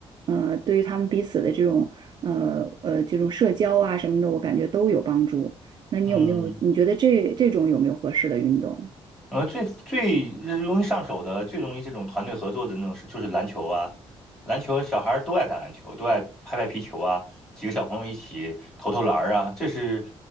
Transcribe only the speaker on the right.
呃，对于他们彼此的这种呃呃这种社交啊什么的，我感觉都有帮助。那你有没有？
你觉得这这种有没有合适的运动？